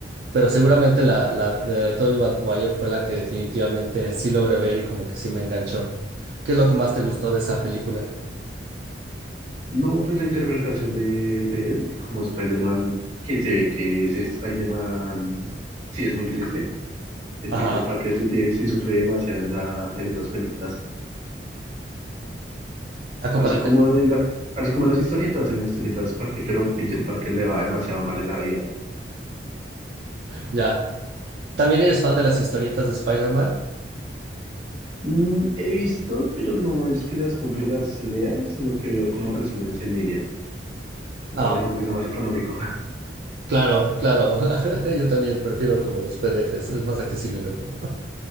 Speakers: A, on the right; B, on the right.
A: Pero seguramente la, la de Tobey Maguire fue la que definitivamente sí logré ver y como que sí me enganchó. ¿Qué es lo que más te gustó de esa película?
B: No, pues la interpretación de, de él como Spider-Man, que se ve que ese Spider-Man sí es muy triste. El
A: Ajá,
B: Peter Parker sí, tiene- sí sufre demasiado en, esa, en esas películas.
A: a comparación,
B: Así como en la, así como en las historietas, en las historietas, ¿para qué? Pero Peter Parker le va demasiado mal en la vida.
A: ya. ¿También eres fan de las historietas de Spider-Man?
B: Mm, he visto, pero no es que las compre y las lea, sino que veo como resúmenes en línea. Me
A: Ah,
B: parece un poquito más económico. <laughs>
A: claro, claro. <laughs> Yo también prefiero como los PDFs, es más accesible luego.